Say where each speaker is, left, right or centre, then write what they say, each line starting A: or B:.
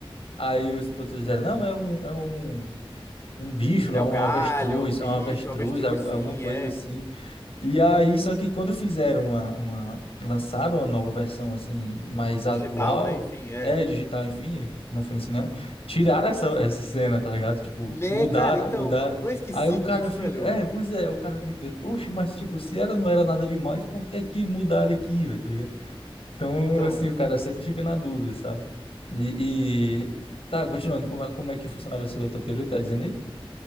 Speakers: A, on the left (about 75°); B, on the left (about 25°).
A: Aí os produtores disseram, não, é um, é um, um bicho lá,
B: é
A: um
B: um galho,
A: avestruz,
B: é um bicho,
A: é um avestruz,
B: um avestruz,
A: al-
B: sim,
A: alguma coisa
B: é.
A: assim. E aí, só que quando fizeram uma, uma, lançaram uma nova versão assim, mais atual,
B: Digital, né? Enfim, é.
A: é digital, enfim, que que não foi no cinema, tiraram essa, essa cena, tá ligado? Tipo,
B: Né,
A: mudaram,
B: cara? Então,
A: mudaram.
B: não é esquisito
A: Aí o cara
B: isso,
A: fica,
B: velho?
A: é, pois é, o cara fica, oxe, mas tipo, se era, não era nada demais, por que que mudaram aqui, velho, tá ligado? Então,
B: Então.
A: assim, o cara sempre fica na dúvida, sabe? E, e- tá, continuando, como, é- como é que funcionava essa outra teoria que tá dizendo aí?